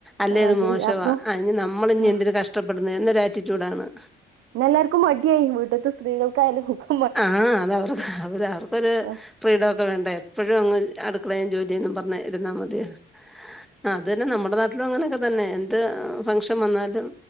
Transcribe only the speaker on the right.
ആ ചെയ്യാ
അപ്പൊ
ആ
പിന്നെല്ലാവർക്കും മടിയായി വീട്ടിത്തെ സ്ത്രീകൾക്കായാലും കു
ആ